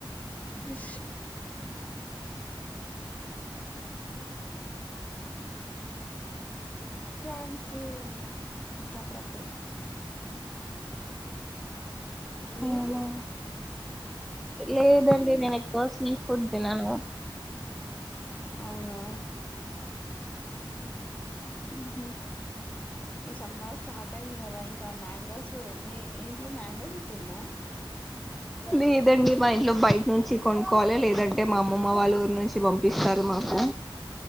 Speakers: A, on the left; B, in the centre.
A: ఫిష్ ఫన్స్ కూడా ఉంటాం అప్పుడప్పుడు మీరు
B: అవునా లేదండి నేను ఎక్కువసి ఫుడ్ తిన్ననుగా
A: అవునా ఉహుమ్ సమ్మర్ స్టార్ట్ అయింది కదా ఇంకా మ్యాంగోస్ మీ ఇంట్లో మ్యాంగోస్ చెటు ఉందా
B: లేదండి మా ఇంట్లో బయట నుంచి కొనుక్కవాలి లేదంటే మా అమ్మమ్మ వాళ్ళు ఊరి నుంచి పంపిస్తారు మాకు